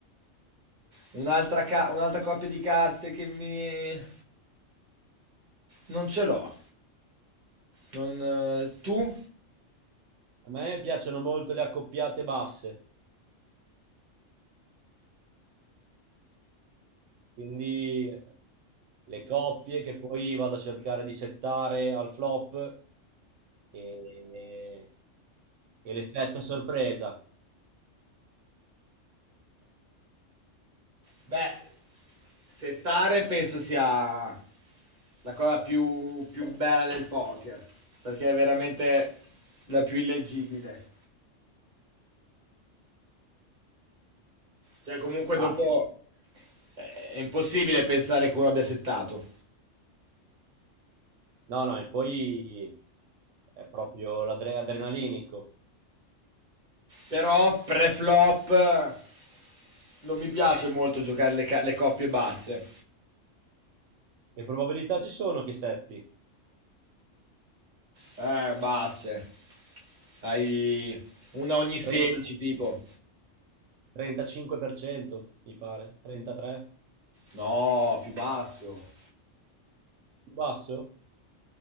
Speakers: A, on the right; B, on the right.
A: un'altra, ca- un'altra coppia di carte che mi... Non ce l'ho. Non, eh, tu?
B: A me piacciono molto le accoppiate basse, quindi le coppie che poi vado a cercare di settare al flop e, e l'effetto sorpresa.
A: Beh, settare penso sia la cosa più, più bella del poker, perché è veramente la più illeggibile. Cioè, comunque
B: Ah,
A: dopo
B: sì.
A: eh, è impossibile pensare che uno abbia settato.
B: No, no, e poi è proprio l'adrenalinico.
A: Però pre-flop eh, non mi piace molto giocare le, ca- le coppie basse.
B: Che probabilità ci sono che setti?
A: Eh, basse. Hai una ogni 16
B: 30
A: tipo.
B: 35%, mi pare, 33%,
A: No, più basso.
B: più basso?